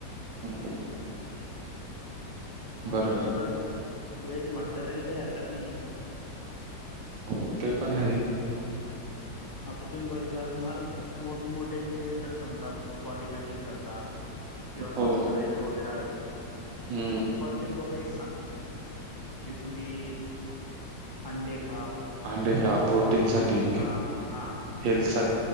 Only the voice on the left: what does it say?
मग
तसं तर व्हेज म्हटलं तरी काही हरकत नाही आहे.
आता तुम्ही बघितलं असणार मोठमोठे जेे समजा बॉडी बिल्डिंग करतात. किंवा
डॉक्टरेस वगैरे आहे पर
प्रत्येक लोक एक सांगतात की तुम्ही अंडे खा.
नॉनव्हेज
खा हा